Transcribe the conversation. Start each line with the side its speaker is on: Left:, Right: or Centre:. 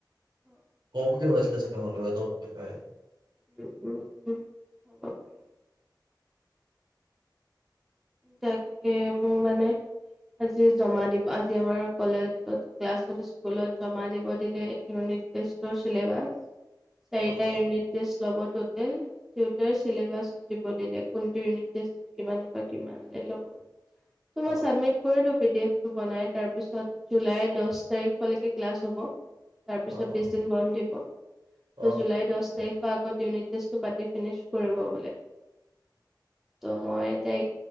Centre: অ।
Right: কম কি ভৰাইছিলে চাগে? নহলে এটাও দেখাই।
Centre: উম উম উম হ'ব পাৰে তাকে মোৰ মানে আজি জমা দিব আজি আমাৰ কলেজত ক্লাছত স্কুলত জমা দিব দিলে ইউনিট টেষ্টৰ চিলেবাছ চাৰিটা
Right: অ অ
Centre: ইউনিট টেষ্ট লগত টোটেল চিলেবাছ টো দিব দিলে কিন্তু ইউনিট টেষ্টত কিমান হব বা কিমান দি ল'ব ত মই
Right: অ
Centre: চাবমিট কৰিলো পি দি এফ বনাই তাৰপিছত জুলাই দহ তাৰিখলৈকে ক্লাছ হ'ব তাৰপিছত
Right: অ অ
Centre: বিশ দিন বন্ধ দিব
Right: অ অ।
Centre: জুুলাই দশ তাৰিখৰ আগত ইউনিট টেষ্টটো পাতি ফিনিছ কৰিব বোলে ত' মই তাই